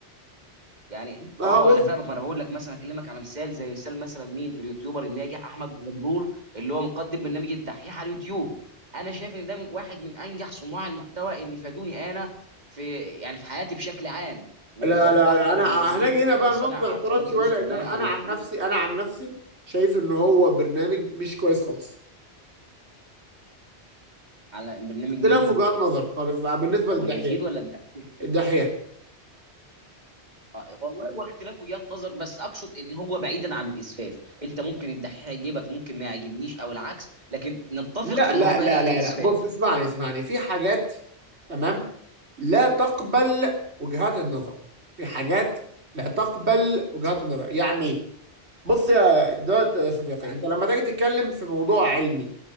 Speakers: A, on the right (about 40°); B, on the right (about 75°).
A: يعني
B: اه
A: اه
B: بص
A: انا فاهمك ما انا بقول لك مثلا اكلمك على مثال زي مثال مثلا مين اليوتيوبر الناجح احمد الغندور اللي هو مقدم برنامج الدحيح على اليوتيوب انا شايف ان ده من واحد من انجح صناع المحتوى اللي فادوني انا في يعني في حياتي بشكل عام وبرضه
B: لا لا
A: احمد
B: لا انا
A: ابو اليزيد
B: هنجي هنا
A: آه،
B: بقى
A: صانع
B: نقطة اعتراض
A: قناه دروس
B: شويه لان
A: اونلاين
B: انا
A: على
B: أنا
A: اليوتيوب
B: عن نفسي انا عن نفسي شايف ان هو برنامج مش كويس خالص
A: على برنامج
B: اختلاف
A: مين
B: وجهات نظر خالص بقى بالنسبه
A: ابو
B: للدحيح
A: اليزيد ولا الدحيح
B: الدحيح
A: آه، والله واختلاف وجهات نظر بس اقصد ان هو بعيدا عن الاسفاف انت ممكن الدحيح يعجبك ممكن ما يعجبنيش او العكس لكن نتفق
B: لا
A: ان
B: لا
A: هو بعيد
B: لا
A: عن
B: لا
A: الاسفاف
B: لا بص اسمعني اسمعني في حاجات تمام لا تقبل وجهات النظر في حاجات لا تقبل وجهات النظر يعني بص يا دوت يا صديقي
A: يعني
B: انت لما تيجي تتكلم في موضوع علمي